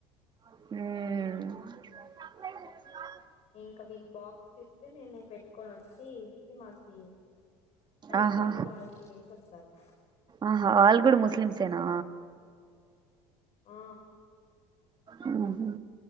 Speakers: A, on the right (about 30°); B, on the left (about 50°).
A: మ్మ్
B: ఇంకా వీళ్ళ బాక్సెస్ ఇస్తే మేము పెట్టుకొని వచ్చి ఇచ్చి మాకి మళ్ళపోయి
A: ఆహా
B: వాల్తినెస్ స్తారు
A: ఆహా ఆల్గుడా ముస్లిలీమ్స్ ఏనా
B: ఆ
A: మ్మహు